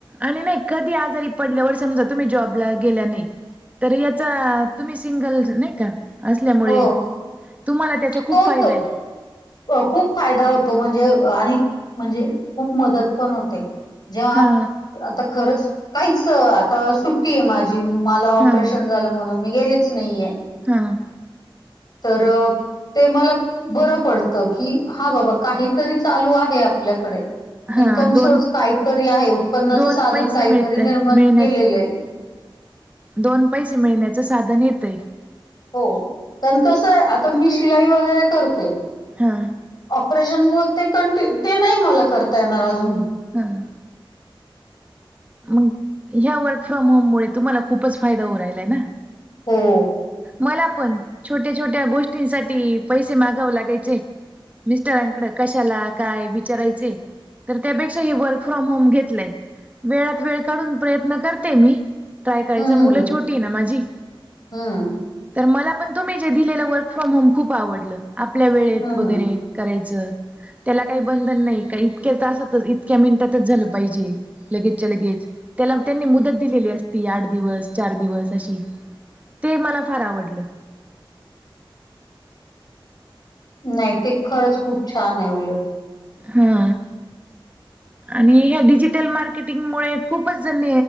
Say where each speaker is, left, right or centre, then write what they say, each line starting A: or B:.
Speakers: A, on the right; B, on the left.
A: आणि नाही कधी आजारी पडल्यावर समजा तुम्ही जॉबला गेल्या नाही. तर याचा तुम्ही सिंगल नाही का. असल्यामुळे
B: हो.
A: तुम्हाला त्याचा खूप
B: तो
A: फायदा
B: तो
A: हाय.
B: अ, खूप फायदा होतो म्हणजे आणि म्हणजे खूप मदत पण होते. जेव्हा आप
A: हा
B: आता खरच काहीच आता सुट्टी आहे माझी. मला ऑपरेशन
A: हा
B: झालं म्हणून मी गेलीच नाहीये.
A: हम्म
B: तर ते मला बरं पडत. कि, हा बाबा काहीतरी चालू आहे आपल्याकडे.
A: हा
B: इन्कम
A: दोन
B: सोर्स काहीतरी आहे, उत्पन्नाच
A: दोन
B: साधन
A: पैसे
B: काहीतरी
A: मिळताय
B: निर्माण
A: मिळण्यात
B: केलेलं आहे.
A: दोन पैसे मिळण्याचं साधन येतंय.
B: हो, पण कसं आता मी शिलाई वगैरे करते.
A: हा.
B: ऑपरेशनमुळ ते कंटिन्य, ते नाही मला करता येणार अजून.
A: हां. मंग ह्या वर्क फ्रॉम होम मुळे तुम्हाला खूपच फायदा होऊ राहिलाय ना.
B: हो.
A: मला पण छोट्या -छोट्या गोष्टींसाठी पैसे मागाव लागायचे. मिस्टरांकड कशाला काय विचारायचे. तर त्यापेक्षा हे वर्क फ्रॉम होम घेतलंय. वेळात, वेळ काढून प्रयत्न करते मी. ट्राय करायचा,
B: हं, हं.
A: मुलं छोटी ना माझी.
B: हं.
A: तर मला पण तुम्ही जे दिलेलं वर्क फ्रॉम होम खूप आवडलं, आपल्या वेळेत
B: हं,
A: वगैरे.
B: हं.
A: करायचं, त्याला काही बंधन नाही काही इतक्या तासातच इतक्या मिनिटातच झालं पाहिजे. लगेचच्या लगेच, त्याला त्यांनी मुदत दिलेली असती आठ दिवस चार दिवस अशी. ते मला फार आवडलं.
B: नाही ते खरंच खूप छान आहे उलट.
A: हा. आणि ह्या डिजिटल मार्केटिंग मुळे खूपच जण,